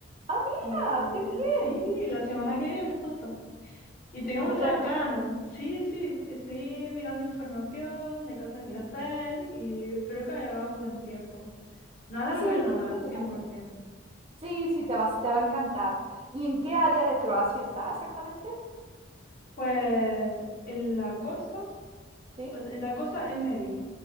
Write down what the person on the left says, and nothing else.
y
eh,
sí, la semana que viene, justo. Y tengo
muchas
ganas. Sí, sí, estoy mirando información de cosas que
hacer y espero que haya dado buen tiempo. Nadar
voy a nadar,
100%.
Pues en la costa,
pues, en la costa en medio.